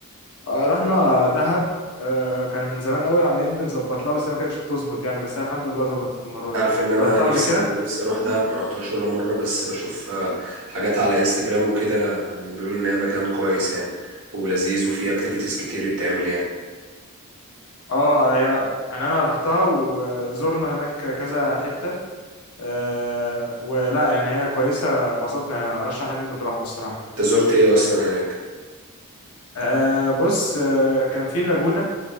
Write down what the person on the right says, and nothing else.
عارف
ان انا
نفسي
نفسي اروح دهب ما رحتهاش ولا مره بس بشوف آه، حاجات على انستجرام وكده يعني بيقولوا ان هي مكان كويس يعني ولذيذ وفيه اكتيفيتيز كتير يتعمل يعني
انت زرت ايه اصلا هناك